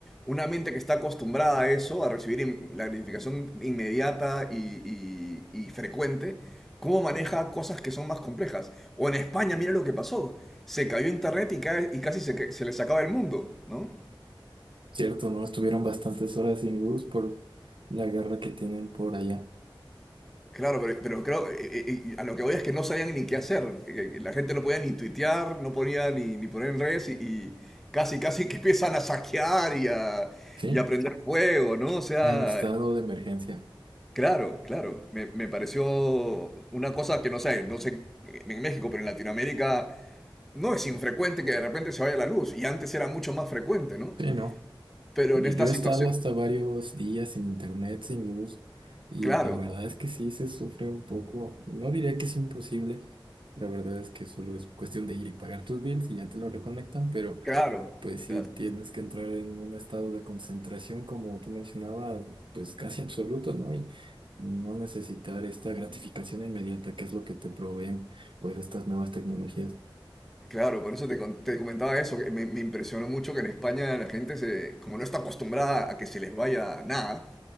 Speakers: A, in the centre; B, on the right.
A: una mente que está acostumbrada a eso, a recibir in- la gratificación inmediata y, y- y frecuente, cómo maneja cosas que son más complejas. O en España, mira lo que pasó. Se cayó internet y, ca- y casi se, ca- se les acaba el mundo, ¿no?
B: Cierto, ¿no? Estuvieron bastantes horas sin luz por la guerra que tienen por allá.
A: Claro, pero, pero creo, eh, eh, eh, a lo que voy es que no sabían ni qué hacer. que- que La gente no podía ni tuitear, no podía ni, ni poner en redes y, y casi, casi que empiezan a saquear y a,
B: Sí,
A: y a prender fuego, ¿no? O sea,
B: en estado de emergencia.
A: Claro, claro. Me, me pareció una cosa que no sé, no sé en México, pero en Latinoamérica no es infrecuente que de repente se vaya la luz. Y antes era mucho más frecuente, ¿no?
B: Sí, ¿no?
A: Pero
B: Yo,
A: en esta
B: yo
A: situación,
B: he estado hasta varios días sin internet, sin luz, y
A: claro,
B: la verdad es que sí se sufre un poco. No diría que es imposible, la verdad es que solo es cuestión de ir y pagar tus bills y ya te lo reconectan, pero...
A: claro,
B: Pues
A: claro,
B: sí, tienes que entrar en un estado de concentración, como tú mencionabas, pues casi absoluto, ¿no? Y no necesitar esta gratificación inmediata, que es lo que te proveen, pues, estas nuevas tecnologías.
A: claro. Por eso te, con- te comentaba eso. que me, me impresionó mucho que en España la gente se, como no está acostumbrada a que se les vaya nada,